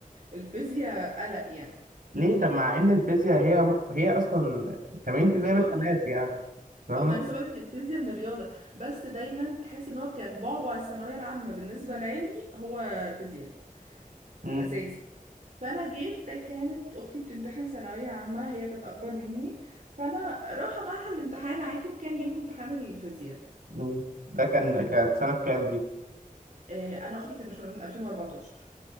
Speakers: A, on the right; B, on the right.
A: الفيزياء قلق يعني
B: ليه طب مع ان الفيزياء هي هي اصلا 80%
A: الرياضه
B: منها ماس يعني فاهم
A: آه، ما لسه بقولك الفيزياء من الرياضه بس دايما تحس ان هو كان بعبع الثانويه العامه بالنسبه لعلمي هو فيزياء
B: مم.
A: اساسي فانا جيت كانت اختي بتمتحن ثانويه عامه هي كانت اكبر مني فانا رايحه معاها الامتحان عادي وكان يوم امتحان الفيزياء
B: مم. ده كان كانت سنه كام دي
A: وانا اختي كانت 2014